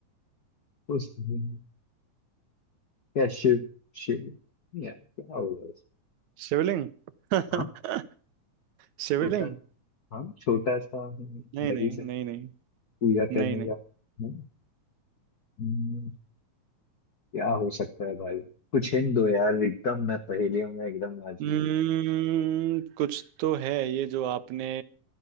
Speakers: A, on the left; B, on the right.
A: वो सही है क्या शिव शिव यार क्या होगा इसमें
B: शिवलिंग <laughs>
A: हाँ
B: शिवलिंग
A: छोटा हाँ छोटा सा हम
B: नहीं
A: दही
B: नहीं
A: से
B: नहीं नहीं
A: पूजा
B: नहीं
A: करने
B: नहीं
A: का हम्म, हम्म, क्या हो सकता है भाई कुछ हिंट दो यार एकदम मैं पहेलियों में एकदम आज
B: हम्म, कुछ तो है ये जो आपने